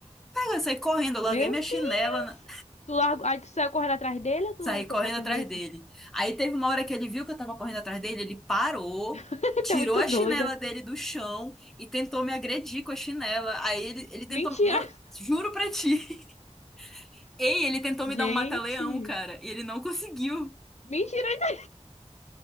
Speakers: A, in the centre; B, on the left.
A: eu saí correndo, eu larguei
B: Meu
A: minha chinela.
B: Deus. Tu largou. Aí tu saiu correndo atrás dele ou tu
A: Saí correndo
B: foi pra outra
A: atrás
B: direção?
A: dele. Aí teve uma hora que ele viu que eu tava correndo atrás dele, ele parou,
B: <laughs>
A: tirou
B: Tu é muito
A: a
B: doida.
A: chinela dele do chão e tentou me agredir com a chinela. Aí ele, ele tentou.
B: Mentira.
A: Mano, juro pra ti. <laughs> Ei, ele tentou
B: Gente.
A: me dar um mata-leão, cara, e ele não conseguiu.
B: Mentira.